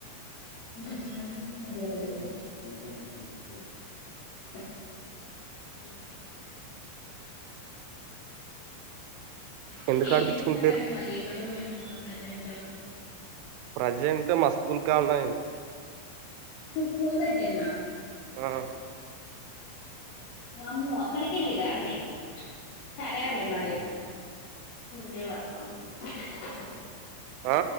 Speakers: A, on the left (about 80°); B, on the right (about 80°).
A: <unintelligible> ఇంకేం
B: ఎందుకు ఆడిపిచ్చుకుంటారు
A: చేస్తున్నారా అండి మరి ఎక్కడున్నారు ఇప్పుడు ప్రైజ్ నాట్
B: ప్రజెంట్ మా స్కూల్ కడ ఉన్నా
A: మీ స్కూల్ దగ్గర్నా
B: ఆహ్
A: వామ్మో అక్కడికి వెళ్ళిరండి సరే అండి మరి లేవా నువ్వు. అగు
B: ఆ